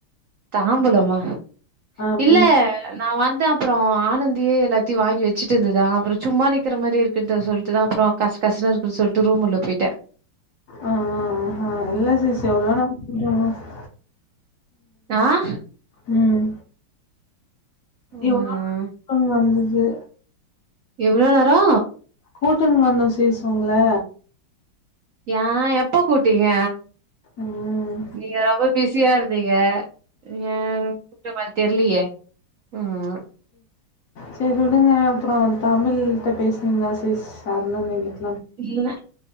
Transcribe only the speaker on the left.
ஆ
பின்ன
ஆ ஆ ஆஹா இல்ல சிஸ் எவ்ளோ நா <unintelligible>
உம்
எவ்ளோ <inaudible> ஆ வந்தது இது
கூட்டினு வந்தோ சிஸ் உங்கள
ம்
செரி உடுங்க அப்பறோ தமிழ்ட்ட பேசுனீங்களா சிஸ் அருணண்ண கிட்ட